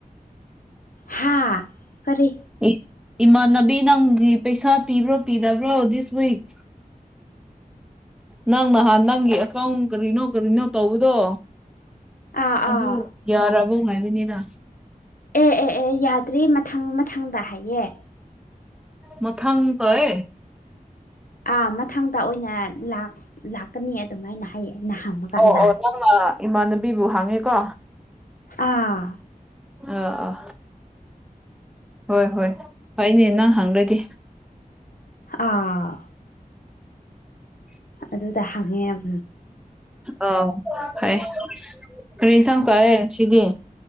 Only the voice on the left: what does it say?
ꯍꯥꯥ ꯀꯔꯤ꯫
ꯑꯥ
ꯑꯥ
ꯑꯦ ꯑꯦ ꯑꯦ ꯌꯥꯗ꯭ꯔꯤ ꯃꯊꯪ ꯃꯊꯪꯗ ꯍꯥꯏꯌꯦ꯫
ꯑꯥ ꯃꯊꯪꯗ ꯑꯣꯏꯅ ꯂꯥꯛ ꯂꯥꯛꯀꯅꯤ ꯑꯗꯨꯃꯥꯏꯅ ꯍꯥꯏꯌꯦ꯫ ꯑꯩꯅ ꯍꯪꯕ ꯀꯥꯟꯗ
ꯑꯥ
ꯑꯥ
ꯑꯗꯨꯗ ꯍꯪꯉꯦ ꯑꯝ